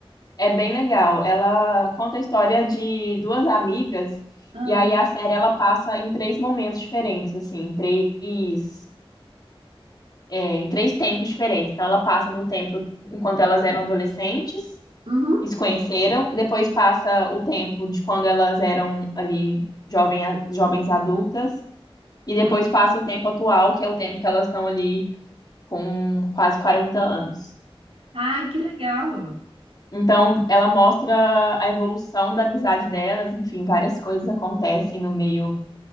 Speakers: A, on the left (about 40°); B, on the right (about 75°).
A: É bem legal. Ela conta a história de duas amigas
B: Ah,
A: e aí a série ela passa em três momentos diferentes, assim, em três, é, em três tempos diferentes. Então ela passa no tempo enquanto elas eram adolescentes
B: uhum,
A: e se conheceram, depois passa o tempo de quando elas eram ali jovem, jovens adultas e depois
B: uhum.
A: passa o tempo atual, que é o tempo que elas estão ali com quase 40 anos.
B: Ai, que legal.
A: Então, ela mostra a evolução da amizade delas, enfim, várias coisas acontecem no meio,